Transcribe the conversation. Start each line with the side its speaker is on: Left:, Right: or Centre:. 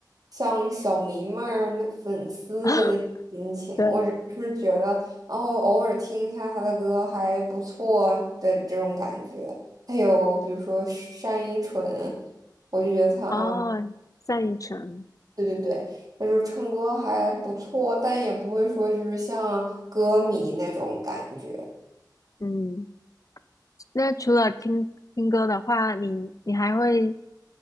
Right: 像小迷妹儿那粉丝的那种心情，
Left: <laughs> 对，
Right: 我只是觉得，然后偶尔听一下她的歌还不错的这种感觉。还有比如说单依纯，我就觉得她啊，
Left: 哦，单依纯，
Right: 对对对。就是唱歌还不错，但也不会说就是像歌迷那种感觉。
Left: 嗯。那除了听听歌的话，你你还会